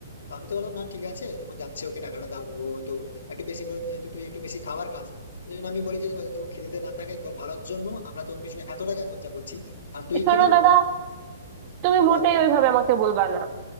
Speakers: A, on the left; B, on the right.
A: তো আমি তো বললাম না ঠিক আছে যখন যাচ্ছে ওকে টাকাটা দাও ও তো একটু বেশি করে যেহেতু তুই একটু বেশি খাবার খাস তো ওই জন্য আমি বলি যে যাতে ও খিদেতে না থাকে তোর ভালোর জন্য আমরা তোর পিছনে এত টাকা খরচা করছি আর তুই
B: শোনো
A: কিনা
B: দাদা তুমি
A: হ্যাঁ বল
B: মোটেই ওইভাবে আমাকে বলবা না